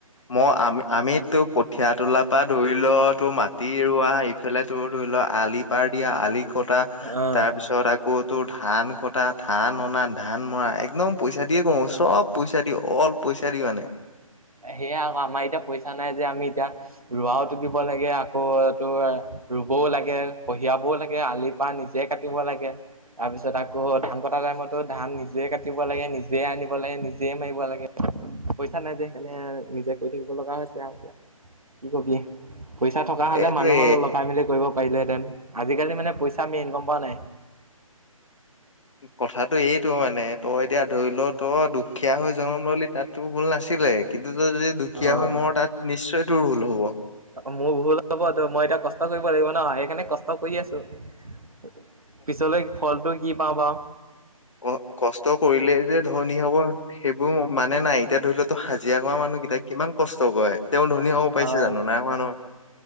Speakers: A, on the left (about 55°); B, on the right (about 80°).
A: মই আমি আমি তো কঠিয় তোলাৰ পৰা ধৰি ল তোৰ মাটি ৰোৱা ইফালে তোৰ ধৰি ল আলি পাৰ দিয়া আলি কটা
B: অ'।
A: তাৰ পিছত আ কৌ তোৰ ধান কটা ধান অনা ধান মৰা একদম পইচা দিয়ে কৰো চব পইচা দি অল পইচা দি মানে।
B: সেয়া আকৌ আমাৰ এতিয়া পইচা নাই যে আমি এতিয়া ৰোৱাওতো দিব লাগে, আকৌ এইটো ৰুবও লাগে কঢ়িয়াবও লাগে আলি পাৰ নি জে কাটিব লাগে। তাৰপিছত আকৌ ধান কটা টাইমতো ধান নিজে কাটিব লাগে, নিজে আনিব লাগে নিজে মাৰিব লাগে। পইচা নাই যে সেইকাৰণে আৰ নিজে কৰি থাকিব লগা হৈছে আও এতিয়া। কি কবি। পইচা থকা হ'লে
A: এইটোৱে
B: মানুহৰ লগাই-মেলি কৰিব পাৰিলোঁহেতেন। আজিকালি মানে পইচা মেইন গম পাৱ নাই?
A: কথাটো এইটো মানে তই এতিয়া ধৰি ল'। তহঁত দুখীয়া হৈ জনম ললি তাতটোৰ ভুল নাছিলে, কিন্তু তই যদি দুখীয়া
B: অ',
A: হৈ মৰ তাত, নিশ্চয় তোৰ ভুল হ'ব।
B: মোৰ ভুল হ'ব। ত' মই এতিয়া কষ্ট কৰিব লাগিব ন'? সেইকাৰণে কষ্ট কৰি আছোঁ। পিছলৈ ফলটো কি পাও বাও?
A: অ। কষ্ট কৰিলেই যে ধনী হ'ব সেইবোৰ মানে নাই। এতিয়া ধৰি ল' ত' হাজিৰা কৰা মানুহকেইটাই কিমান কষ্ট কৰে। তেওঁ ধনী হ'ব
B: হয়
A: পাইছে জানো? নাই হোৱা ন'।